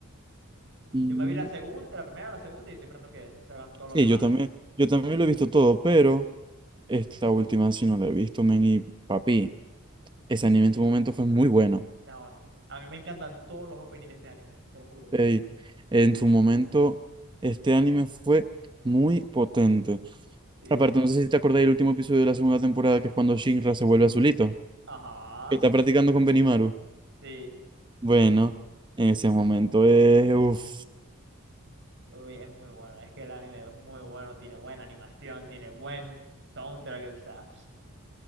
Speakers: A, on the right; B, on the right.
A: Mm,
B: Yo me vi la segunda, la primera, la segunda y estoy esperando que salgan todos
A: Sí,
B: los demás.
A: yo también,
B: de-
A: yo también lo he visto todo, pero esta última sí no la he visto, men, y papi, ese anime en su momento fue muy bueno.
B: No, a mí me encantan todos los openings de este anime, te lo juro.
A: Ey, en su momento, este anime fue muy potente.
B: Sí,
A: Aparte,
B: sí.
A: no sé si te acordás del último episodio de la segunda temporada, que es cuando Shinra se vuelve azulito,
B: Ajá.
A: que está practicando con Benimaru.
B: Sí,
A: Bueno, en ese momento es, uf,
B: uy, es muy bueno. Es que el anime es muy bueno, tiene buena animación, tiene buen soundtrack, o sea,